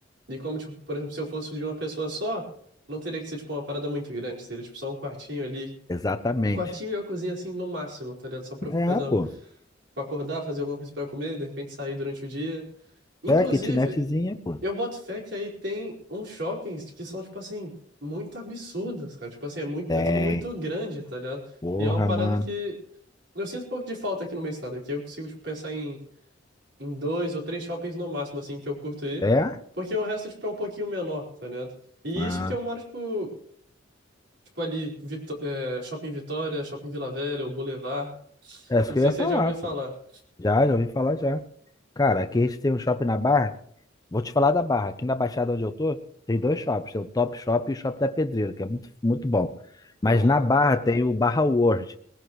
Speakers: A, on the right; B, on the left.
A: E como, tipo, por exemplo, se eu fosse de uma pessoa só, não teria que ser, tipo, uma parada muito grande. Seria, tipo, só um quartinho ali.
B: Exatamente.
A: Um quartinho e uma cozinha, assim, no máximo, tá ligado? Só pra eu
B: É,
A: fazer, uma-
B: pô.
A: pra acordar, fazer alguma coisa pra comer, de repente sair durante o dia. Inclusive,
B: É, kitnetzinha, pô.
A: eu boto fé que aí tem uns shoppings que são, tipo, assim, muito absurdos, cara. Tipo, assim, é muito,
B: Tem.
A: é tudo muito grande, tá ligado?
B: Porra,
A: E é uma parada
B: mano.
A: que eu sinto um pouco de falta aqui no meu estado, que eu consigo, tipo, pensar em em dois ou três shoppings no máximo, assim, que eu curto ir.
B: É?
A: Porque o resto, tipo, é um pouquinho menor, tá ligado? E
B: Ah,
A: isso que eu moro, tipo, tipo ali, Vitó- é, Shopping Vitória, Shopping Vila Velha, o Boulevard.
B: é isso
A: Não
B: que
A: sei
B: eu ia
A: se
B: falar,
A: você já ouviu falar.
B: pô. Já, já ouvi falar já. Cara, aqui a gente tem um shopping na Barra Vou te falar da Barra. Aqui na Baixada onde eu tô, tem dois shops. Tem o Top Shop e o Shop da Pedreira, que é muito, muito bom. Mas
A: Aham.
B: na Barra tem o Barra World,